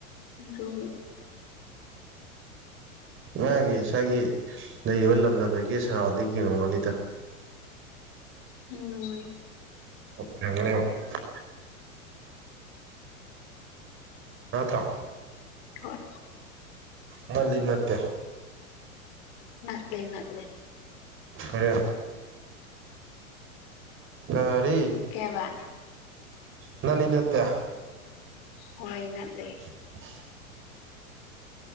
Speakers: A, on the left (about 45°); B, on the right (about 30°).
A: ꯑꯗꯨꯒꯤ
B: <unintelligible> ꯁ꯭ꯋꯥꯏꯒꯤ ꯂꯩꯔꯤꯕ ꯂꯝꯗꯝꯁꯤꯒꯤ ꯁꯔꯥꯎꯟꯗꯤꯡ <unintelligible>
A: ꯎꯝ
B: <unintelligible> ꯅꯠꯇ꯭ꯔꯣ
A: ꯍꯣꯏ
B: ꯅꯠꯂꯤ ꯅꯠꯇꯦ
A: ꯅꯠꯂꯦ ꯅꯠꯂꯦ
B: ꯀꯔꯤ ꯀꯔꯤ
A: ꯀꯩ ꯍꯥꯢꯕ
B: ꯅꯠꯂꯤ ꯅꯠꯇꯦ
A: ꯍꯣꯏ ꯅꯠꯂꯦ
B: <inaudible>